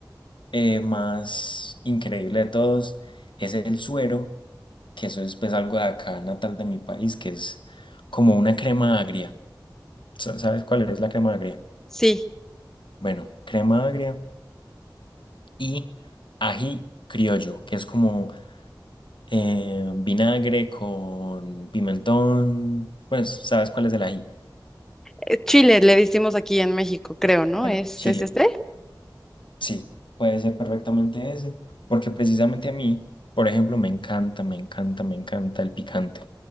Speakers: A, on the left (about 85°); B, in the centre.
A: eh, más increíble de todos, es el suero, que eso es pues algo de acá natal de mi país, que es como una crema agria. Sa- ¿Sabes cuál es la crema agria?
B: Sí,
A: Bueno, crema agria y ají criollo, que es como eh, vinagre con pimentón, pues sabes cuál es el ají.
B: eh, chile le decimos aquí en México, creo, ¿no?
A: Bueno,
B: ¿Es,
A: chile.
B: es este?
A: Sí, puede ser perfectamente ese, porque precisamente a mí, por ejemplo, me encanta, me encanta, me encanta el picante.